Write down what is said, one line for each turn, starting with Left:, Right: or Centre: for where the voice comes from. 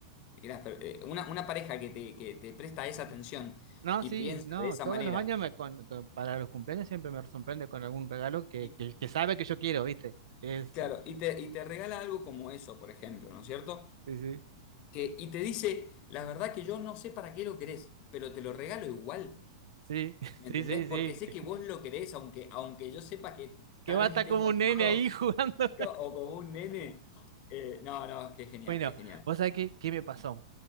Left: que las per- eh, una, una pareja que te, que te presta esa atención
Right: No,
Left: y
Right: sí,
Left: piensa
Right: no,
Left: de esa
Right: todos
Left: manera.
Right: los años me con- con- para los cumpleaños siempre me sorprende con algún regalo que,
Left: Y,
Right: que, que sabe que yo quiero, ¿viste? Es,
Left: claro, y te, y te regala algo como eso, por ejemplo, ¿no es cierto?
Right: sí, sí,
Left: Que, y te dice, la verdad que yo no sé para qué lo querés, pero te lo regalo igual.
Right: sí, <laughs>
Left: ¿Me
Right: sí,
Left: entendés?
Right: sí,
Left: Porque
Right: sí,
Left: sé que vos lo querés, aunque, aunque yo sepa que
Right: que
Left: tal
Right: va
Left: vez
Right: a estar
Left: estés
Right: como
Left: guardado.
Right: un nene ahí <laughs> jugando
Left: o como un nene. Eh, no, no, qué genial,
Right: Bueno,
Left: qué genial.
Right: vos sabés qué, qué me pasó.